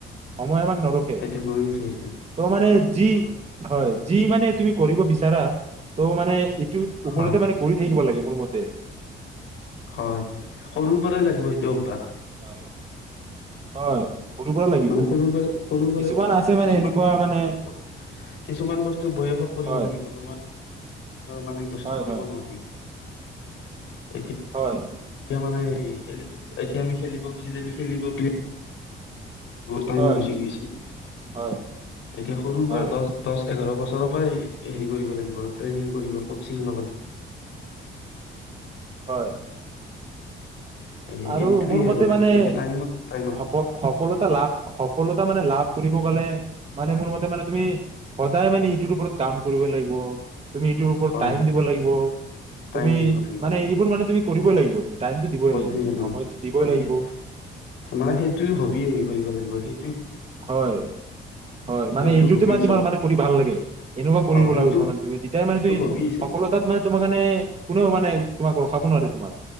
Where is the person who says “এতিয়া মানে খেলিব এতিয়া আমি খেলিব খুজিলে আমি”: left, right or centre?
Left